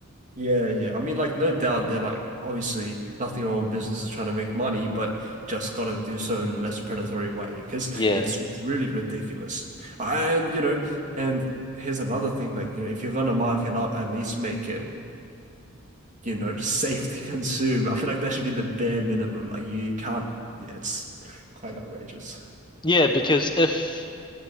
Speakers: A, on the right; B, on the left.
A: yeah, yeah. I mean, like, no doubt they're like obviously nothing wrong with businesses trying to make money, but just gotta do so in a less predatory way because
B: Yeah.
A: it's really ridiculous. And you know, and here's another thing, like, you know, if you're gonna mark it up, at least make it, you know, just <laughs> safe to consume. I feel like that should be the bare minimum. Like, you can't, yeah, it's quite outrageous.
B: Yeah, because if